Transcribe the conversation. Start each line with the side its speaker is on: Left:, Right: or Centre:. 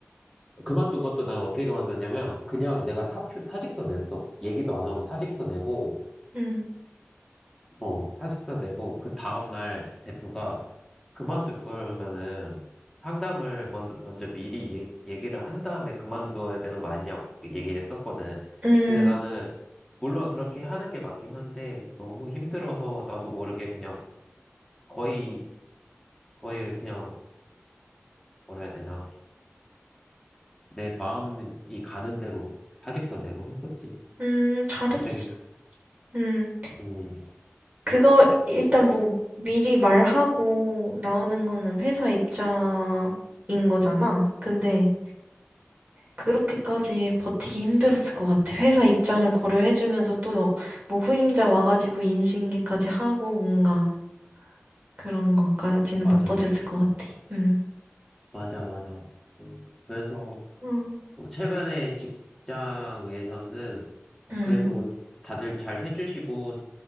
Centre: 그만둔 것도 난 어떻게 그만뒀냐면 그냥 내가 사표 사직서 냈어 얘기도 안 하고 사직서 내고
Right: 음.
Centre: 어, 사직서 내고, 그 다음날 대표가 그만둘 거면은 상담을 먼저, 먼저 미리 얘- 얘기를 한 다음에 그만둬야 되는 거 아니냐고 그렇게 얘기했었거든.
Right: 음.
Centre: 근데 나는, 물론 그렇게 하는 게 맞긴 한데, 너무 힘들어서 나도 모르게 그냥 거의, 거의 그냥, 뭐라 해야 되나. 내 마음이 가는 대로 사직서 내고 했었지.
Right: 음. 잘했어.
Centre: 갑자기, 그,
Right: 음.
Centre: 음,
Right: 그거 일단 뭐 미리 말하고 나오는 거는 회사 입장인 거잖아. 근데 그렇게까지 버티기 힘들었을 것 같아. 회사 입장을 고려해주면서 또 어, 뭐 후임자 와가지고 인수인계까지 하고 뭔가 그런 것까지는
Centre: 맞아,
Right: 못 버텼을 것 같아. 음.
Centre: 맞아, 맞아. 음, 그래서,
Right: 응.
Centre: 뭐 최근에 직장에서는
Right: 음.
Centre: 그래도 다들 잘 해주시고